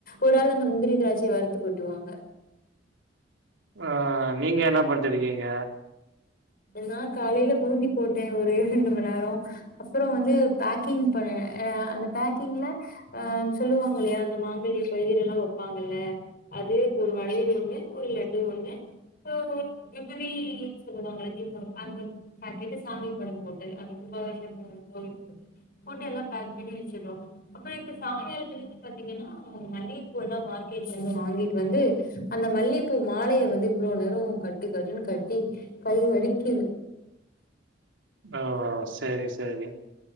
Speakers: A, on the left; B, on the right.
A: ஒரு ஆள் அந்த முந்திரி திராட்சய வறுத்து கொட்டுவாங்க
B: ஆ நீங்க என்ன பண்ட்டுருக்கீங்க
A: நா காலைல பூந்தி போட்டே ஒரு ரெண்டு மண்ணேரோ அப்ற வந்து பேக்கிங் பண்ணுனே ஆ அந்த பேக்கிங்ல ஆ சொல்லுவாங்க இல்லயா அந்த மாங்கல்ய கயிறு எல்லா வைப்பாங்கல்ல அது ஒரு வளையல் ஒண்ணு ஒரு லட்டு ஒண்ணு ஆ <unintelligible> சொல்வாங்க இல்ல <unintelligible> பாக்கெட்டு சாமி படம் போட்டுது அந்த கும்பாபிஷேகம் <unintelligible> போட்டு எல்லா பாக் பண்ணி வச்சிருவோ அப்ற இப்ப சாய்ங்காலத்துல பாத்தீங்கனா மல்லிகப்பூ எல்லா மார்க்கெட்லருந்து வாங்கிட்டு வந்து அந்த மல்லி பூ மாலைய வந்து இவ்ளோ நேரொ கட்டு கட்டுன்னு கட்டி கை வலிக்குது
B: ஓ சரி ச சரி